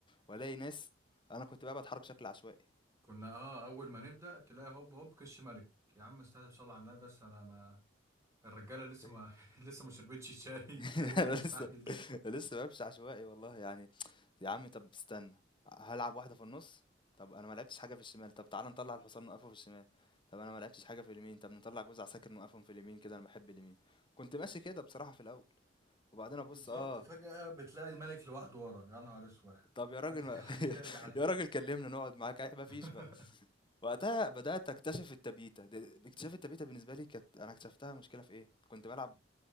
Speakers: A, on the left; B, on the right.
A: وألاقي ناس أنا كنت بقى بتحرك بشكل عشوائي
B: كنا اه اول ما نبدا تلاقي هوب هوب كش ملك يا عم استهدف صلى على النبي بس انا ما الرجاله لسه
A: yeah.
B: ما
A: <laughs>
B: <laughs> لسه ما شربتش الشاي
A: <laughs>
B: <laughs> انت ليه
A: أنا
B: مستعجل
A: لسه
B: كده
A: لسه بامشي عشوائي والله يعني يا عم طب استنى هالعب واحدة في النص طب أنا ما لعبتش حاجة في الشمال طب تعالى نطلع الحصان نوقفه في الشمال طب أنا ما لعبتش حاجة في اليمين طب نطلع جوز عساكر نوقفهم في اليمين كده أنا بحب اليمين كنت ماشي كده بصراحة في الأول وبعدين أبص
B: بالظبط
A: آه
B: فجأة بتلاقي الملك لوحده ورا يا نهار اسود
A: طب يا
B: حد
A: راجل ما
B: <laughs> حد
A: <laughs>
B: يرجع له.
A: يا راجل كلمنا نقعد معاك ما فيش
B: <laughs>
A: بقى وقتها بدأت أكتشف التبيتة، د باكتشاف التبيتة بالنسبة لي كانت أنا اكتشفتها مشكلة في إيه، كنت بالعب